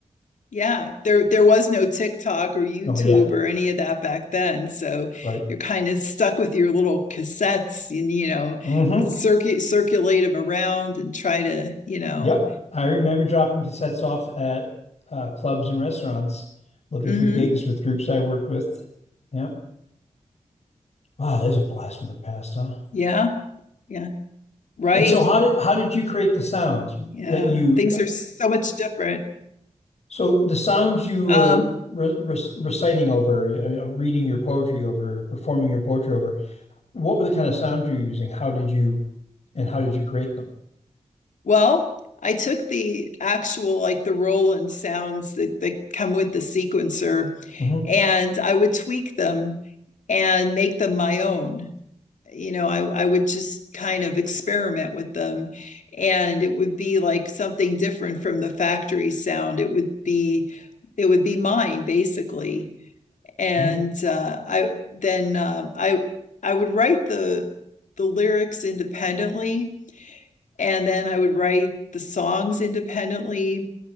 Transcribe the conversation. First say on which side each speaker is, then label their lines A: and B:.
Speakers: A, on the left (about 90°); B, on the left (about 60°).
A: Yeah, there there was no TikTok or YouTube
B: Oh yeah,
A: or any of that back then. So
B: right.
A: you're kind of stuck with your little cassettes and you know,
B: hmm
A: circuit circulate them around and try to, you know.
B: Yep. I remember dropping cassettes off at uh, clubs and restaurants looking
A: hmm
B: for gigs with groups I worked with. Yep. Wow, there's a blast from the past, huh?
A: Yeah, yeah. Right.
B: And so how did how did you create the sounds
A: Yeah.
B: that you
A: Things are so much different.
B: so the sounds you
A: Um,
B: were re re reciting over, uh, uh, reading your poetry over, performing your poetry over, what were the kind of sounds you were using? How did you and how did you create them?
A: well, I took the actual like the Roland sounds that, that come with the sequencer
B: hmm
A: and I would tweak them and make them my own. you know I, I would just kind of experiment with them and it would be like something different from the factory sound it would be it would be mine basically and
B: hmm
A: uh, i then um, i i would write the the lyrics independently and then i would write the songs independently